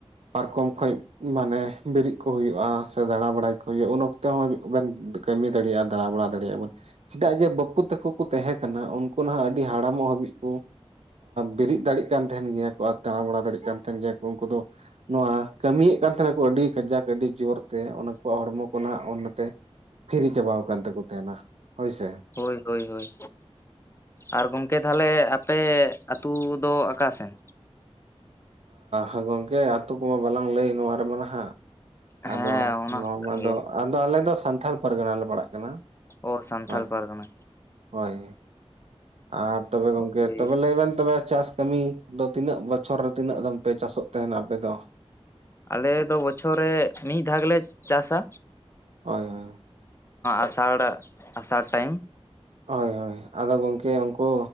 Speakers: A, on the right; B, on the left.
A: ᱯᱟᱨᱠᱚᱢ ᱠᱷᱚᱡ ᱢᱟᱱᱮ ᱵᱤᱨᱮᱫ ᱠᱚ ᱦᱩᱭᱩᱜᱼᱟ ᱥᱮ ᱫᱟᱬᱟ ᱵᱟᱲᱟᱭ ᱠᱚ ᱦᱩᱭᱩᱜᱼᱟ ᱩᱱ ᱚᱠᱛᱮ ᱦᱚᱸ ᱵᱮᱱ ᱠᱟᱹᱢᱤ ᱫᱟᱲᱮᱭᱟᱜᱼᱟ ᱫᱟᱬᱟᱵᱟᱲᱟ ᱫᱟᱲᱮᱭᱟᱜᱼᱟ ᱵᱚᱱ ᱪᱮᱫᱟᱜ ᱡᱮ ᱵᱟᱹᱯᱩ ᱛᱟᱠᱚ ᱠᱚ ᱛᱮᱦᱮᱸ ᱠᱟᱱᱟ ᱩᱱᱠᱩ ᱱᱟᱦᱟᱜ ᱟᱹᱰᱤ ᱦᱟᱲ ᱢᱚᱜ ᱦᱟᱹᱵᱤᱡ ᱠᱚ ᱵᱤᱨᱤᱫ ᱫᱟᱲᱮᱜ ᱠᱟᱱ ᱛᱟᱦᱮᱱ ᱜᱮᱭᱟ ᱠᱚ ᱟᱨ ᱫᱟᱬᱟᱵᱟᱲᱟ ᱫᱟᱲᱮᱜ ᱠᱟᱱ ᱛᱟᱦᱮᱱ ᱜᱮᱭᱟ ᱠᱚ ᱩᱱᱠᱩ ᱫᱚ ᱱᱚᱣᱟ ᱠᱟᱹᱢᱤ ᱭᱮᱫ ᱠᱟᱱ ᱛᱟᱦᱮᱱᱟᱠᱚ ᱟᱹᱰᱤ ᱠᱟᱡᱟᱠ ᱟᱹᱰᱤ ᱡᱳᱨᱛᱮ ᱚᱱᱟᱠᱩᱣᱟᱜ ᱦᱚᱲᱢᱚ ᱠᱚ ᱱᱟᱦᱟᱜ ᱚᱱᱟᱛᱮ ᱯᱷᱤᱨᱤ ᱪᱟᱵᱟ ᱟᱠᱟᱱ ᱛᱟᱠᱚ ᱛᱟᱦᱮᱱᱟ ᱦᱳᱭ ᱥᱮ
B: ᱦᱳᱭ ᱦᱳᱭ ᱦᱳᱭ ᱟᱨ ᱜᱚᱢᱠᱮ ᱛᱟᱦᱞᱮ ᱟᱯᱮ ᱟᱹᱛᱩ ᱫᱚ ᱟᱠᱟ ᱥᱮᱱ
A: ᱟ ᱜᱚᱢᱠᱮ ᱟᱛᱩ ᱠᱚᱢᱟ ᱵᱟᱞᱟᱝ ᱞᱟᱹᱭ ᱱᱚᱣᱟ ᱨᱮᱢᱟ ᱱᱟᱦᱟᱜ
B: ᱦᱮᱸ
A: ᱟᱫᱚ
B: ᱚᱱᱟ
A: ᱱᱚᱣᱟ
B: ᱦᱚᱸ ᱠᱟᱱ
A: ᱢᱟ
B: ᱜᱮᱭᱟ
A: ᱫᱚ ᱟᱫᱚ ᱟᱞᱮ ᱫᱚ ᱥᱟᱱᱛᱷᱟᱞ ᱯᱟᱨᱜᱟᱱᱟ ᱞᱮ ᱯᱟᱲᱟᱜ ᱠᱟᱱᱟ
B: ᱚ ᱥᱟᱱᱛᱷᱟᱞ
A: ᱦᱳᱭ
B: ᱯᱟᱨᱜᱟᱱᱟ
A: ᱦᱳᱭ ᱟᱨ ᱛᱚᱵᱮ ᱜᱚᱝᱠᱮ
B: ᱳᱭ
A: ᱛᱚᱵᱮ ᱞᱟᱹᱭ ᱵᱮᱱ ᱛᱚᱵᱮ ᱪᱟᱥ ᱠᱟᱹᱢᱤ ᱟᱫᱚ ᱛᱤᱱᱟᱹᱜ ᱵᱚᱪᱷᱚᱨ ᱨᱮ ᱛᱤᱱᱟᱹᱜ ᱫᱟᱢ ᱯᱮ ᱪᱟᱥᱚᱜ ᱛᱟᱦᱮᱱᱟ ᱟᱯᱮ ᱫᱚ
B: ᱟᱞᱮ ᱫᱚ ᱵᱚᱪᱷᱚᱨ ᱨᱮ ᱢᱤᱫ ᱫᱷᱟᱣᱞᱮ ᱪᱟᱥᱟ
A: ᱦᱳᱭ ᱦᱳᱭ
B: ᱟᱥᱟᱲ ᱟᱥᱟᱲ ᱴᱟᱭᱤᱢ
A: ᱦᱳᱭ ᱦᱳᱭ ᱟᱫᱚ ᱜᱚᱢᱠᱮ ᱩᱱᱠᱩ